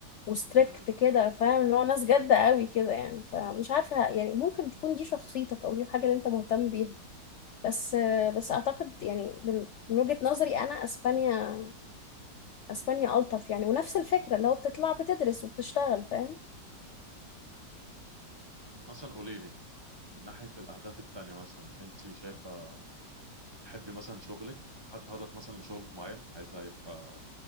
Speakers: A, on the left; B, on the right.
A: وستريكت
B: مم.
A: كده فاهم اللي هو ناس جادة قوي كده يعني فمش عارفة يعني ممكن تكون دي شخصيتك او دي الحاجة اللي انت مهتم بيها بس بس اعتقد يعني من من وجهة نظري انا اسبانيا اسبانيا الطف يعني ونفس الفكرة اللي هو بتطلع بتدرس وبتشتغل فاهم
B: مثلا قولي لي من ناحية الأهداف التانية مثلا أنت شايفة تحبي مثلا شغلك حتى هدف مثلا لشغلك معين عايزة يبقى